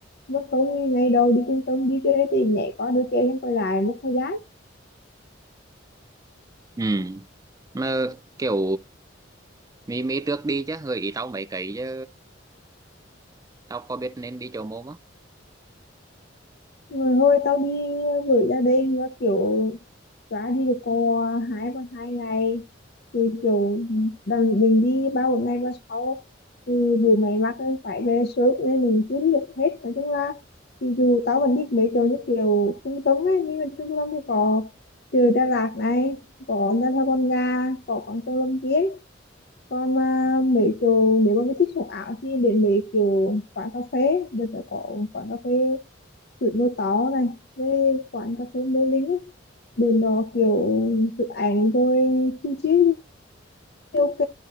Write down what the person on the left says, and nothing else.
mất công như ngày đầu đi trung tâm đi chơi thì nhảy qua đôi chè lên quay lại mất thời gian
rồi hồi tao đi với gia đình và kiểu trả đi được cô hai ba hai ngày thì kiểu đừng đừng đi ba một ngày ba sáu thì dù mày mắc nên phải về sớm nên mình chưa đi được hết nói chung là thì dù tao vẫn biết mấy chỗ như kiểu trung tâm ấy nhưng mà trung tâm thì có từ Đà Lạt này có Nha Trang Con Ga có Quảng Châu Lâm Viên còn à, mấy chỗ nếu mà mới thích sống ảo thì đến mấy kiểu quán cà phê bây giờ có quán cà phê tuổi mơ tó này với quán cà phê Mê Linh ấy. bên đó kiểu chụp ảnh rồi chill chill thì ok